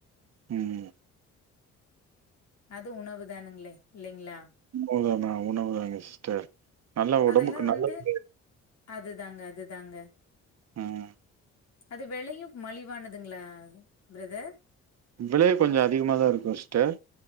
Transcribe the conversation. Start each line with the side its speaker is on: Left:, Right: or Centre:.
Right: ம்
Left: அது உணவு தானுங்களே இல்லைங்களா
Right: உண்ம தான உணவுதாங்க சிஸ்டர் நல்லா ஒடம்புக்கு
Left: அதெல்லா வந்து
Right: நல்லது
Left: அதுதாங்க அதுதாங்க
Right: ம்
Left: அது வெளையு மலிவானதுங்களா பிரதர்
Right: விலை கொஞ்சோ அதிகமாதா இருக்கு சிஸ்டர்